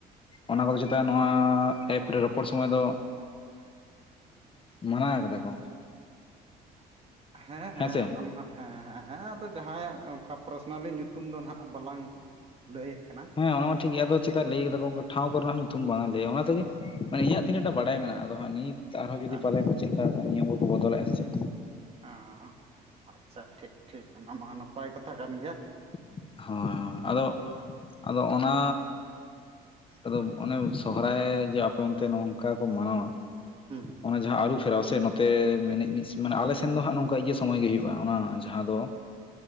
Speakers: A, on the left (about 30°); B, on the right (about 35°).
A: ᱚᱱᱟ ᱠᱚᱫᱚ ᱪᱮᱛᱟ ᱱᱚᱣᱟ ᱮᱯᱨᱮ ᱨᱚᱯᱚᱲ ᱥᱚᱢᱚᱭ ᱫᱚ ᱢᱟᱱᱟᱣ ᱠᱟᱫᱟ ᱠᱚ
B: ᱦᱮᱸ ᱦᱮᱸ
A: ᱦᱮᱸᱥᱮ
B: ᱚᱱᱟ ᱢᱟ ᱦᱮᱸ ᱦᱮᱸ ᱦᱮᱸ ᱟᱫᱚ ᱡᱟᱦᱟᱸᱭᱟᱜ ᱚᱱᱠᱟ ᱯᱟᱨᱥᱚᱱᱟᱞᱤ ᱧᱩᱛᱩᱢ ᱧᱩᱛᱩᱢ ᱫᱚ ᱱᱟᱦᱟᱜ ᱵᱟᱞᱟᱝ ᱞᱟᱹᱭᱮᱫ ᱠᱟᱱᱟ
A: ᱦᱮᱸ ᱚᱱᱟᱢᱟ ᱴᱷᱤᱠ ᱜᱮᱭᱟ ᱟᱫᱚ ᱪᱮᱫᱟᱜ ᱞᱟᱹᱭ ᱠᱮᱫᱟ ᱠᱚ ᱴᱷᱟᱶ ᱠᱚᱨᱮᱱᱟᱜ ᱧᱩᱛᱩᱢ ᱵᱟᱝ ᱞᱟᱹᱭᱟ ᱚᱱᱟ ᱛᱮᱜᱮ ᱢᱟᱱᱮ ᱤᱧᱟᱹᱜ ᱛᱤᱱᱟᱹᱜ ᱴᱟᱜ ᱵᱟᱰᱟᱭ ᱢᱮᱱᱟᱜᱼᱟ ᱟᱫᱚ ᱦᱟᱸᱜ ᱱᱤᱛ ᱟᱨᱦᱚᱸ ᱡᱩᱫᱤ
B: ᱟᱪᱪᱷᱟ
A: ᱯᱟᱞᱮ ᱠᱚ ᱪᱮᱫᱮ ᱱᱤᱭᱚᱢ ᱠᱚᱠᱚ ᱵᱚᱫᱚᱞᱮᱫᱼᱟ ᱥᱮ ᱪᱮᱫ
B: ᱟ ᱟᱪᱪᱷᱟ ᱴᱷᱤᱠ ᱴᱷᱤᱠ ᱚᱱᱟ ᱢᱟ ᱱᱟᱯᱟᱭ ᱠᱟᱛᱷᱟ ᱠᱟᱱ ᱜᱮᱭᱟ
A: ᱦᱳᱭ ᱦᱳᱭ ᱟᱫᱚ ᱟᱫᱚ ᱚᱱᱟ ᱟᱫᱚ ᱚᱱᱮ ᱥᱚᱦᱨᱟᱭ ᱡᱮ ᱟᱯᱮ ᱚᱱᱛᱮ ᱱᱚᱝᱠᱟ ᱠᱚ ᱢᱟᱱᱟᱣᱟ
B: ᱦᱩᱸ
A: ᱚᱱᱟ ᱡᱟᱦᱟᱸ ᱟᱹᱨᱩᱵ ᱯᱷᱮᱨᱟᱣ ᱥᱮ ᱱᱚᱛᱮ ᱢᱮᱱᱮᱡ ᱢᱤᱫ ᱢᱟᱱᱮ ᱟᱞᱮ ᱥᱮᱱ ᱫᱚ ᱦᱟᱸᱜ ᱱᱚᱝᱠᱟ ᱤᱭᱟᱹ ᱥᱚᱢᱚᱭ ᱜᱮ ᱦᱩᱭᱩᱜᱼᱟ ᱚᱱᱟ ᱡᱟᱦᱟᱸ ᱫᱚ